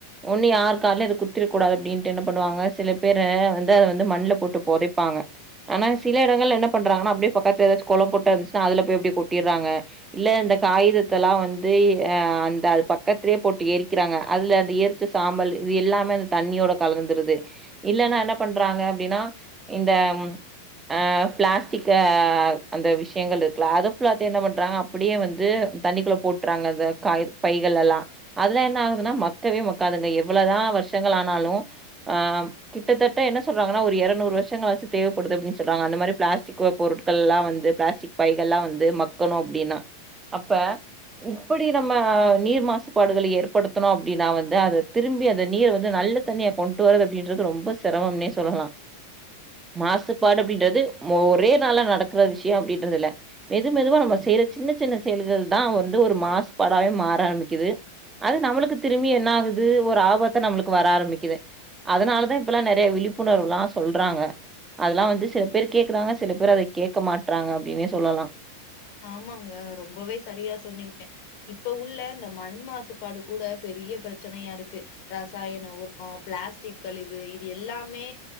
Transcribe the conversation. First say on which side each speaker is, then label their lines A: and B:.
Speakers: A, on the right (about 15°); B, on the left (about 45°).
A: ஒண்ணு யார் காலயு அது குத்திரக்க கூடாது அப்டின்ட்டு என்ன பண்ணுவாங்க சில பேர் வந்து அத வந்து மண்ணுல போட்டு பொதைப்பாங்க ஆனா சில இடங்கள்ல என்ன பண்றாங்கன்னா அப்டியே பக்கத்ல ஏதாச்சு கொளோ குட்ட இருந்துச்சுன்னா அதுல போய் அப்டி கொட்டிறாங்க இல்ல இந்த காகிதத்தல்லா வந்து அ அந்த அது பக்கத்லயே போட்டு எரிக்கிறாங்க அதுல அந்த எரிச்ச சாம்பல் இது எல்லாமே அந்த தண்ணியோட கலந்துருது இல்லன்னா என்ன பண்றாங்க அப்டின்னா இந்தம் அ பிளாஸ்டிக்க அந்த விஷயங்கள் இருக்குல அதபுல்லாத என்ன பண்றாங்க அப்படியே வந்து தண்ணிக்குள்ள போட்டுறாங்க அந்த காய பைகள் எல்லா அதுல என்ன ஆகுதுன்னா மக்கவே மக் க்காதுங்க எவ்வளதா வருஷங்கள் ஆனாலு ஆ கிட்டத்தட்ட என்ன சொல்றான்னா ஒரு எரநூறு வருஷங்களாச்சு தேவப்படுது அப்டின்னு சொல்றாங்க அந்தமாரிப்ளாஸ்ட்டிக் ஓ போர் கல்லா வந்து பிளாஸ்டிக் பைகள் ல்லா வந்து மக்கணு அப்டின்னா அப்ப இப்படி நம்ம நீர் மாசுபாடுகளை ஏற்படுத்தணு அப்டினா வந் அதை திரும்பி அந்த நீரை வந்து து து அது திருப்பி அந்தநீர வந்து நல்ல தண்ணியா கொண்டு வரது அப்படின்றது ரொம்ப சிரமம்னே சொல்லலா மாசுபாடு அப்படின்றது ஒரே நாள நடக்கற விஷயோ அப்டின்றது இல மெதுமெதுவா நம்ம செய்யற சின்ன சின்ன செயல்கள் தா வந்து ஒரு மாசுபாடாவே மாற ஆரம்பிக்குது அது நம்மளுக்கு திரும்பி என்ன ஆகுது ஒரு ஆபத்த நம்மளுக்கு வர ஆரம்பிக்குது அதனாலதா இப்பல்லா நிறைய விழிப்புணர்வுல்லா சொல்றாங்க அதெல்லா வந்து சில பேர் கேக்குறாங்க சில பேர் அத கேக்க மாட்டறாங்க அப்டின்னே சொல்லலா
B: ஆமாங்க ரொம்பவே சரியா சொன்னீங்க இப்ப உள்ள இந்த மண் மாசுபாடு கூட பெரிய பிரச்சனயா இருக்கு ரசாயன உரோ பிளாஸ்டிக் கழிவு இது எல்லாமே